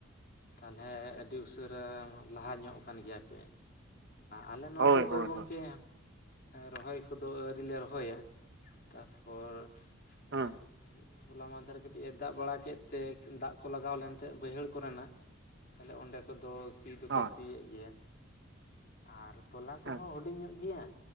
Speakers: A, on the left; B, on the right.
A: ᱛᱟᱦᱚᱞᱮ ᱟᱹᱰᱤ ᱩᱥᱟᱹᱨᱟ ᱞᱟᱦᱟ ᱧᱚᱜ ᱠᱟᱱ ᱜᱮᱭᱟ ᱯᱮ ᱟᱞᱮ ᱱᱚᱱᱛᱮ
B: ᱦᱳᱭ
A: ᱫᱚ
B: ᱦᱳᱭ
A: ᱜᱚᱝᱠᱮ
B: ᱦᱳᱭ
A: ᱨᱚᱦᱚᱭ ᱠᱚᱫᱚ ᱟᱣᱨᱤ ᱞᱮ ᱨᱚᱦᱚᱭᱟ ᱛᱟᱨ ᱯᱚᱨ
B: ᱦᱮᱸ
A: ᱦᱮ ᱦᱚᱞᱟ ᱢᱟᱦᱫᱮᱨᱮ ᱠᱟᱹᱴᱤᱡ ᱮ ᱫᱟᱜ ᱵᱟᱲᱟ ᱠᱮᱫ ᱛᱮ ᱫᱟᱜ ᱠᱚ ᱞᱟᱜᱟᱣ ᱞᱮᱱ ᱛᱟᱦᱮᱸ ᱵᱟᱹᱭᱦᱟᱹᱲ ᱠᱚᱨᱮ ᱱᱟᱜ᱾ ᱛᱟᱦᱞᱮ ᱚᱸᱰᱮ ᱠᱚᱫᱚ ᱥᱤ ᱫᱚᱠᱚ
B: ᱦᱳᱭ
A: ᱥᱤᱭᱮᱫ ᱜᱮᱭᱟ ᱟᱨ ᱛᱚᱞᱟ ᱠᱚᱦᱚᱸ
B: ᱦᱮᱸ
A: ᱦᱩᱰᱤᱧ ᱧᱚᱜ ᱜᱮᱭᱟ